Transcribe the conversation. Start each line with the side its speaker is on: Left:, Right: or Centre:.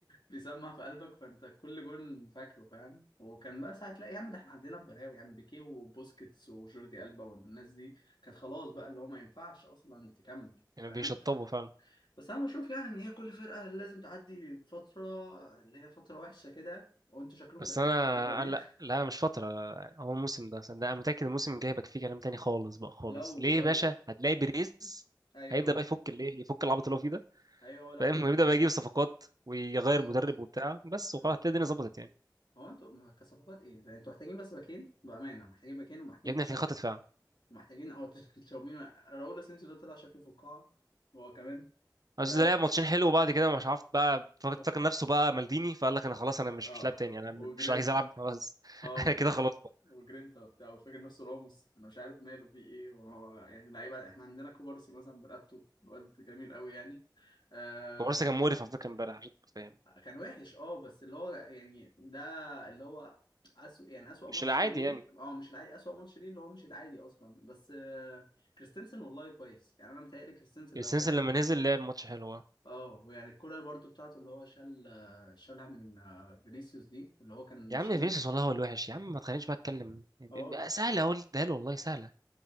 Left: بيسمع في قلبك فأنت كل جون فاكره فاهم وكان بقى ساعة لا يا عم ده احنا عندنا بلاوي يعني بيكيه وبوسكيتس وجوردي ألبا والناس دي كانت خلاص بقى اللي هو ما ينفعش أصلا تكمل
Right: يعني
Left: فاهم.
Right: بيشطبوا فعلا
Left: بس انا بشوف يعني ان هي كل فرقه لازم تعدي فتره اللي هي فتره وحشه كده وانتوا شكلكم
Right: بس
Left: داخلين
Right: انا
Left: على الفتره دي
Right: أنا لا لا مش فتره هو الموسم ده صدق انا متاكد الموسم الجاي هيبقى فيه كلام تاني خالص بقى خالص
Left: <laughs> لو
Right: ليه
Left: لو
Right: يا باشا هتلاقي بيريز
Left: ايوه
Right: هيبدا
Left: لو
Right: بقى يفك الايه يفك العبط اللي هو فيه ده
Left: ايوه لو
Right: فاهم ويبدا بقى يجيب صفقات ويغير
Left: بالظبط
Right: مدرب وبتاع بس
Left: أيوة.
Right: وخلاص هتلاقي الدنيا ظبطت يعني
Left: هو انتوا كصفقات ايه يعني انتوا محتاجين بس باكين بامانه محتاجين باكين ومحتاجين
Right: يا ابني
Left: تشا...
Right: هتلاقي خط دفاع
Left: محتاجين او تشاومين <laughs> راؤول اسينسيو ده طلع شكله في القاعه هو كمان
Right: بس
Left: فاهم
Right: ده لعب ماتشين حلو وبعد كده مش عارف بقى فاكر
Left: <laughs>
Right: فاكر نفسه بقى مالديني فقال لك انا خلاص انا مش
Left: اه
Right: مش لاعب تاني انا
Left: وجرينتا
Right: مش عايز العب خلاص <laughs>
Left: اه
Right: انا
Left: وجر...
Right: كده خلاص بقى
Left: وجرينتا وبتاع وفاكر نفسه راموس انا مش عارف ماله فيه ايه وهو يعني لعيبه احنا عندنا كوبارسي مثلا برقبته الواد جميل قوي يعني آه...
Right: كوبارسي كان مقرف على فكره امبارح عشان تبقى فاهم
Left: كان وحش اه بس اللي هو يعني ده اللي هو أسوأ يعني أسوأ
Right: مش
Left: ماتش
Right: العادي
Left: ليه
Right: يعني
Left: اه مش العادي أسوأ ماتش ليه اللي هو مش العادي اصلا بس آه... كريستنسن والله كويس يعني انا متهيألي كريستنسن لو
Right: السنس
Left: كان
Right: لما نزل لعب ماتش حلو
Left: اه يعني الكرة برضو بتاعته اللي هو شال آه، شالها من آه، فينيسيوس دي اللي هو كان
Right: يا
Left: شال
Right: عم فينيسيوس والله هو الوحش يا عم ما تخلينيش بقى اتكلم بقى
Left: اه
Right: سهله اقول ده له والله سهله